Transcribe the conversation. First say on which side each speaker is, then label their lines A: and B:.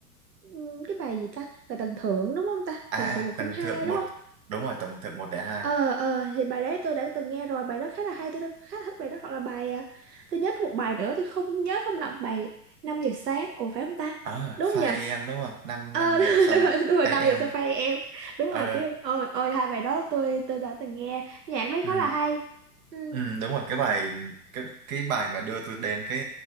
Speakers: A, on the right; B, on the right.
A: ừm, cái bài gì ta bài tầng thưởng đúng không ta
B: à
A: tầng
B: à,
A: thưởng một không
B: tầng
A: hai
B: thượng
A: đúng
B: một
A: không
B: đúng rồi tầng thượng một để hai
A: ờ ờ thì bài đấy tôi đã từng nghe rồi bài đó khá là hay tôi đã- khá là thích bài đó hoặc là bài à, tôi nhớ có một bài nữa tôi không nhớ không lầm bài 5 giờ sáng ồ phải không ta
B: à
A: đúng không
B: 5
A: nhỉ
B: AM đúng không năm
A: ờ
B: năm giờ
A: <laughs>
B: xong
A: đúng rồi, đúng rồi, đúng rồi,
B: AM
A: năm giờ sẽ phê em đúng
B: ờ
A: rồi chứ ôi ôi hai bài đó tôi tôi đã từng nghe nhạc đấy
B: ừ.
A: khá là hay ừ
B: Ừ, đúng rồi cái bài cái cái bài mà đưa tôi đến cái